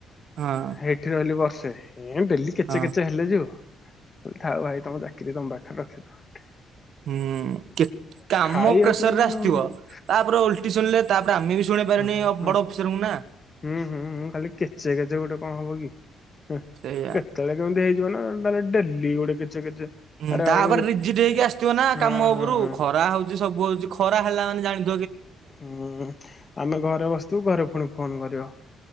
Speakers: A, on the right; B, on the left.
A: ହଁ
B: ହେଇଠି ରହିଲି ବର୍ଷେ ଏ ଡେଲି କେଚେ
A: ହଁ
B: କେଚେ ହେଲେ ଯୋଉ କହିଲି ଥାଉ ଭାଇ ତମ ଚାକିରୀ ତମ ପାଖରେ ରଖିଥାଅ।
A: ହୁଁ କେତ କାମ
B: ଖାଇବା
A: ପ୍ରେସରରେ
B: ପାଇଁ କଣ
A: ଆସିଥିବ,
B: ହଁ
A: ତାପରେ ଓଲଟି ଶୁଣିଲେ ତାପରେ ଆମେ ବି ଶୁଣିପାରେନି
B: ହଁ ହଁ
A: ବଡ ଅଫିସରଙ୍କୁ ନା
B: ହୁଁ ହୁଁଁ ଉଁ ଖାଲି କେଚେ କେଚେ ଗୋଟେ କଣ ହବ କି? ହୁଁ
A: ସେଇଆ।
B: କେତେବେଳେ କେମିତି ହେଇଯିବ ନା ତାହେଲେ ଡେଲି ଗୋଟେ କେଚେ କେଚେ
A: ହୁଁ
B: ଆରେ
A: ତାପରେ
B: ଭାଇ
A: ରିଜିଡ୍ ହେଇକି ଆସିଥିବ ନା
B: ହଁ
A: କାମ
B: ହଁ
A: ଉପରୁ,
B: ହଁ।
A: ଖରା ହଉଛି ସବୁ ହଉଛି ଖରା ହେଲା ମାନେ ଜାଣି
B: ହୁଁ ଆମେ ଘରେ ବସିଥିବୁ ଘରେ ପୁଣି ଫୋନ କରିବ।